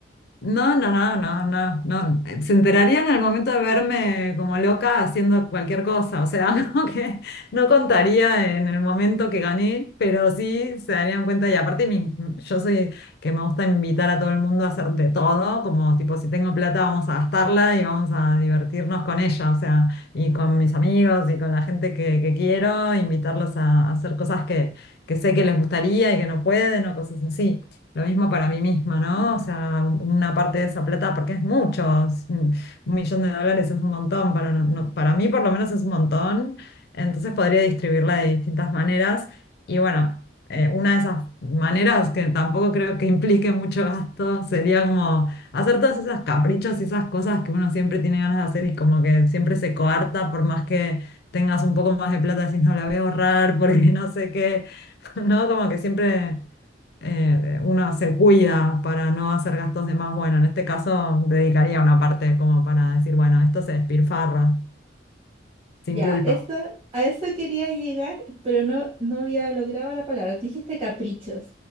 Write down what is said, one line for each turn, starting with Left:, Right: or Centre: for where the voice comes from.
Left: No, no, no, no, no, no. Se enterarían al momento de verme como loca haciendo cualquier cosa. O sea, <laughs> como que no contaría en el momento que gané, pero sí se darían cuenta. Y aparte, mi- yo soy que me gusta invitar a todo el mundo a hacer de todo. Como tipo, si tengo plata, vamos a gastarla y vamos a divertirnos con ella. O sea, y con mis amigos y con la gente que, que quiero, invitarlos a, a hacer cosas que, que sé que les gustaría y que no pueden o cosas así. Lo mismo para mí misma, ¿no? O sea, una parte de esa plata, porque es mucho, es un un millón de dólares es un montón, para, no- no- para mí por lo menos es un montón, entonces podría distribuirla de distintas maneras. Y bueno, eh, una de esas maneras que tampoco creo que implique mucho gasto sería como hacer todos esos caprichos y esas cosas que uno siempre tiene ganas de hacer y como que siempre se coarta por más que tengas un poco más de plata, decís no la voy a ahorrar porque <laughs> no sé qué, <laughs> ¿no? Como que siempre eh, uno se cuida para no hacer gastos de más. Bueno, en este caso dedicaría una parte como para decir, bueno, esto se despilfarra, sin
Right: Ya,
Left: culpa.
Right: eso, a eso quería llegar, pero no, no había logrado la palabra. Tú dijiste caprichos.